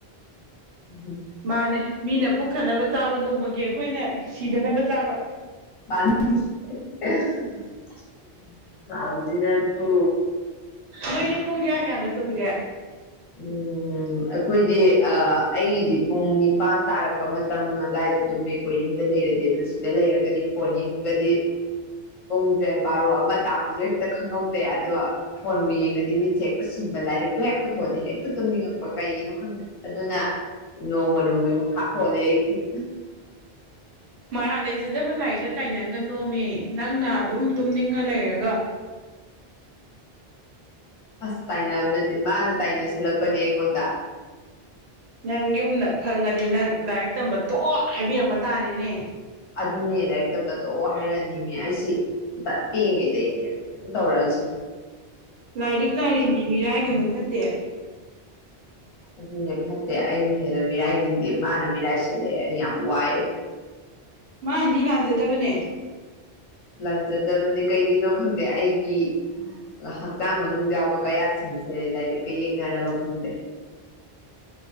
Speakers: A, on the left; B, on the right.
A: ꯎꯝ <inaudible>
B: ꯃꯥꯅꯦ ꯃꯤꯅ ꯄꯨꯛꯊꯟꯅꯕ ꯆꯥꯕ ꯅꯣꯡꯃꯒꯤ ꯑꯩꯈꯣꯏꯅ ꯁꯤꯗꯅꯕ ꯆꯥꯕ
A: ꯃꯥ <unintelligible> <unintelligible> ꯆꯥꯕꯗꯤꯅꯥꯪꯁꯨ
B: ꯅꯣꯏꯗꯤ ꯄꯨꯡ ꯀꯌꯥ ꯀꯌꯥꯗ ꯇꯨꯝꯒꯦ
A: ꯎꯝ ꯑꯩꯈꯣꯏꯗꯤ ꯑꯥ ꯑꯩꯒꯤꯗꯤ ꯄꯨꯡ ꯅꯤꯄꯥꯟ ꯇꯥꯔꯛꯄ ꯃꯇꯝ ꯑꯗꯨꯋꯥꯏꯗ ꯇꯨꯝꯃꯤ ꯑꯩꯈꯣꯏ ꯌꯨꯝꯗ ꯂꯩꯔꯗꯤ ꯑꯗꯨ ꯁꯤꯗ ꯂꯩꯔꯒꯗꯤ ꯐꯣꯟ ꯌꯤꯡꯕꯗꯤ ꯄꯨꯡꯁꯦ ꯕꯥꯔꯣ ꯑꯃꯥ ꯇꯥꯕꯁꯨ ꯍꯦꯛꯇ ꯈꯪꯍꯧꯗꯦ ꯑꯗꯣ ꯐꯣꯟꯕꯨ ꯌꯦꯡꯉꯗꯤ ꯃꯤꯠꯁꯦ ꯍꯦꯛꯇ ꯁꯤꯡꯕ ꯂꯥꯏꯔꯤꯛꯄꯨ ꯍꯦꯛꯄꯨ ꯊꯣꯛꯑꯗꯤ ꯍꯦꯛꯇ ꯇꯨꯝꯅꯤꯡꯉꯛꯄ ꯀꯩꯒꯤꯅꯣ ꯈꯪꯗꯦ ꯑꯗꯨꯅ ꯅꯣꯡꯃ ꯅꯣꯡꯃꯒꯤ ꯃꯈꯥ ꯄꯣꯟꯂꯦ ꯑꯩꯒꯤꯗꯤ
B: ꯃꯔꯥꯜ ꯂꯩꯖꯗꯕ ꯂꯥꯏꯔꯤꯛꯇ ꯇꯥꯏꯅꯒꯅꯨꯃꯤ ꯅꯪꯅ ꯑꯗꯨꯝ ꯇꯨꯝꯅꯤꯡꯉ ꯂꯩꯔꯒ
A: ꯑꯁ ꯇꯥꯏꯅꯕ ꯅꯠꯇꯦ ꯃꯥꯅ ꯇꯥꯏꯅ ꯁꯜꯂꯛꯄꯅꯦ ꯑꯩꯉꯣꯟꯗ
B: ꯅꯪ ꯌꯨꯝꯅ ꯈꯪꯉꯗꯤ ꯅꯪ ꯂꯥꯏꯔꯤꯛ ꯇꯝꯕ ꯇꯣꯛꯑꯣ ꯍꯥꯏꯕꯤꯔꯛꯄ ꯇꯥꯔꯦꯅꯦ
A: ꯑꯗꯨꯅꯦ ꯂꯥꯏꯔꯤꯛꯇꯝꯕ ꯇꯣꯛꯑꯣ ꯍꯥꯏꯔꯛꯑꯅꯤꯃꯦ ꯑꯩꯁꯤ ꯇꯥ ꯄꯤꯛꯏ ꯉ ꯩꯗꯒꯤ ꯑꯗꯨꯝ ꯇꯧꯔꯛꯑꯁꯤ
B: ꯂꯥꯏꯔꯤꯛ ꯂꯥꯏꯔꯦꯝꯕꯤ ꯃꯤꯔꯥꯏꯒꯅꯨ ꯐꯠꯇꯦ
A: ꯑꯗꯨꯅꯦ ꯐꯠꯇꯦ ꯑꯩꯅ ꯍꯦꯟꯅ ꯃꯤꯔꯥꯏꯅꯤꯡꯗꯦ ꯃꯥꯅ ꯃꯤꯔꯥꯏ ꯁꯤꯜꯂꯛꯑꯦ ꯑꯩ ꯌꯥꯝ ꯋꯥꯏꯑꯦ
B: ꯃꯥꯅꯗꯤ ꯂꯥꯟꯖꯗꯕꯅꯦ
A: ꯂꯥꯟꯖꯗꯕꯅꯦ ꯀꯩꯒꯤꯅꯣ ꯈꯪꯗꯦ ꯑꯩꯒꯤ ꯍꯛꯆꯥꯡ ꯃꯅꯨꯡꯗ ꯌꯥꯎꯕ ꯀꯌꯥꯠꯁꯤꯡꯁꯦ ꯂꯥꯏꯔꯤꯛꯀ ꯌꯦꯛꯅꯔꯕ ꯈꯪꯗꯦ